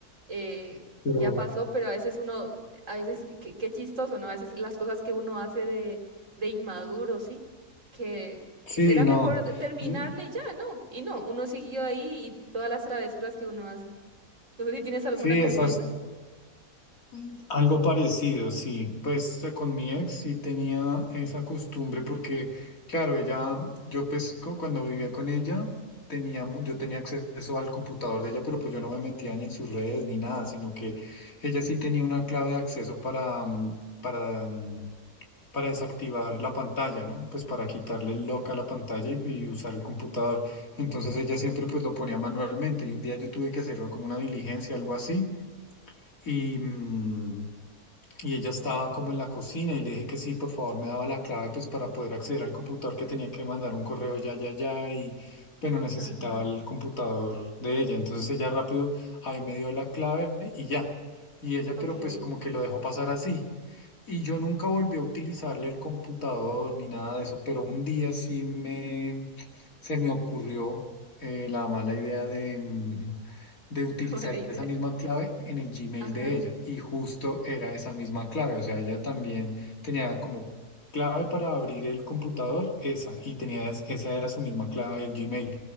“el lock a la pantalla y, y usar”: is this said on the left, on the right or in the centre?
Left